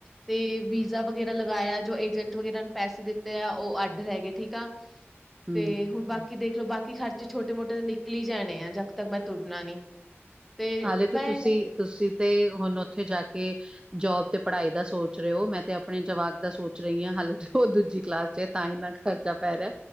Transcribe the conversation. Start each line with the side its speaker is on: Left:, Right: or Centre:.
Centre: ਤੇ ਵੀਜ਼ਾ ਵਗੈਰਾ ਲਗਾਇਆ, ਜੋ ਏਜੰਟ ਵਗੈਰਾ ਪੈਸੇ ਦਿੱਤੇ ਆ, ਉਹ ਅੱਡ ਰੈਗੇ, ਠੀਕ ਆ।
Right: ਹਮ
Centre: ਤੇ ਹੁਣ ਬਾਕੀ ਦੇਖ ਲੋ। ਬਾਕੀ ਖਰਚੇ, ਛੋਟੇ-ਮੋਟੇ ਤਾਂ ਨਿਕਲੀ ਜਾਣੇ ਆ, ਜਦ ਤੱਕ ਮੈਂ ਤੁੁਰਨਾ ਨੀ। ਤੇ
Right: ਹਾਲੇ ਤੇ
Centre: ਮੈਂ
Right: ਤੁਸੀਂ, ਤੁਸੀਂ ਤੇ ਹੁਣ ਔਥੇ ਜਾ ਕੇ ਜੋਬ ਤੇ ਪੜ੍ਹਾਈ ਦਾ ਸੋਚ ਰਹੇ ਹੋ, ਮੈਂ ਤੇ ਆਪਣੇ ਜਵਾਕ ਦਾ ਸੋਚ ਰਹੀ ਹਾਂ ਹਾਲੇ ਉਹ ਦੂਜੀ ਕਲਾਸ ਚ ਏ। ਤਾਂ ਇੰਨਾ ਕ ਖਰਚਾ ਪੈ ਰਿਹਾ।